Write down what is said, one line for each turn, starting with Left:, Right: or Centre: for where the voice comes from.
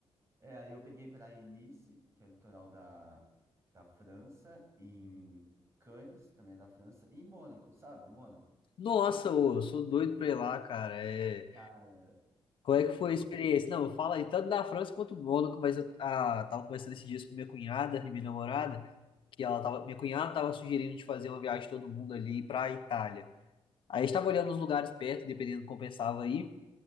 Right: É, aí eu peguei praia em Nice, que é o litoral da, da França, em Cannes, também é da França, e em Mônaco, sabe? Mônaco.
Left: Nossa, ô, eu sou doido pra ir lá, cara. É.
Right: Cara,
Left: Qual é que foi
Right: pois,
Left: a experiência? Não, fala aí tanto da França quanto do Mônaco, mas eu ah, tava conversando esses dias com minha cunhada e minha namorada, que ela tava, minha cunhada tava sugerindo de fazer uma viagem todo mundo ali pra Itália. Aí a gente tava olhando os lugares perto, dependendo do que compensava aí,